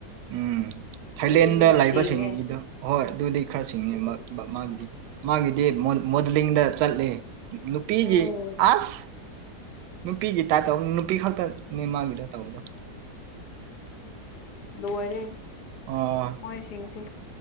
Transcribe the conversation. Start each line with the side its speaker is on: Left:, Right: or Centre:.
Right: ꯎꯝ ꯊꯥꯏꯂꯦꯟꯗ
Left: ꯑꯗꯨꯗꯤ
Right: ꯂꯥꯛꯏꯕꯁꯤꯡꯁꯤꯗ
Left: ꯁꯦꯡꯉꯦ
Right: ꯍꯣꯏ ꯑꯗꯨꯗꯤ ꯈꯔ ꯁꯤꯡꯉꯦ
Left: ꯎꯝ
Right: ꯃꯥꯒꯤꯗꯤ ꯃꯥꯒꯤꯗꯤ ꯃꯣꯗꯂꯤꯡꯗ ꯆꯠꯂ ꯅꯨꯄꯤꯒꯤ
Left: ꯎꯝ
Right: ꯑꯁ ꯅꯨꯄꯤꯒꯤ ꯇꯥꯇꯕ ꯅꯨꯄꯤ ꯈꯛꯇ ꯅ ꯃꯥꯒꯤꯗꯣ ꯇꯧꯕꯗꯣ
Left: ꯂꯣꯏꯔꯦ
Right: ꯑꯣ
Left: ꯃꯣꯏꯁꯤꯡꯁꯦ